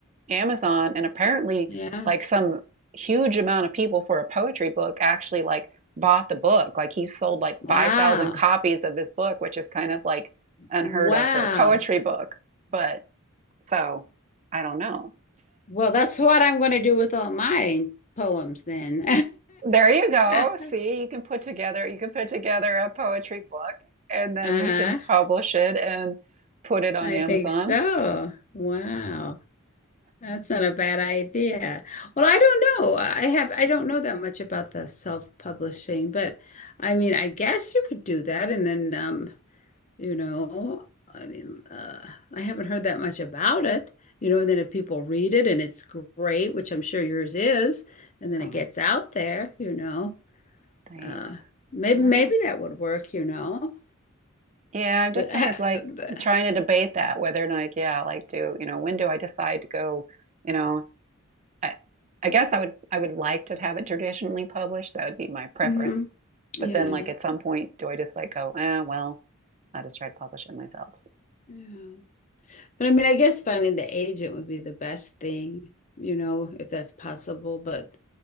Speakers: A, on the right; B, on the left.
A: Amazon, and apparently
B: Yeah.
A: like some huge amount of people for a poetry book actually like bought the book. Like he sold like
B: Wow.
A: 5,000 copies of his book, which is kind of like unheard
B: Wow.
A: of for a poetry book. But so I don't know.
B: Well, that's what I'm going to do with all my poems then.
A: There you go.
B: <laughs>
A: See, you can put together you can put together a poetry book and then
B: Uh-huh.
A: you can publish it and put it on
B: I
A: Amazon.
B: think so. Wow. That's not a bad idea. Well, I don't know. I have I don't know that much about the self-publishing, but I mean, I guess you could do that and then um you know. I mean, uh, I haven't heard that much about it, you know. And then if people read it and it's great, which I'm sure yours is, and then
A: Oh,
B: it gets out there, you know,
A: thanks.
B: uh, maybe
A: Well,
B: maybe that would work, you know.
A: yeah, I'm just
B: But,
A: sort
B: I-
A: of like
B: but
A: trying to debate that whether or not, yeah, like do, you know, when do I decide to go, you know, I I guess I would I would like to have it traditionally published. That would be my preference.
B: mhm, yeah,
A: But then like at some point, do I just like go, eh, well, I'll just try to publish it myself.
B: yeah. But I mean, I guess finding the agent would be the best thing, you know, if that's possible. But